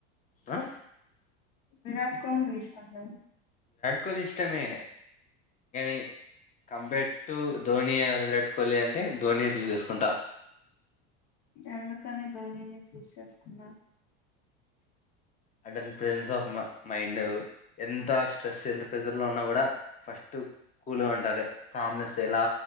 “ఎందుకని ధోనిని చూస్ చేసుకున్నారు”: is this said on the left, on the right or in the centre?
Left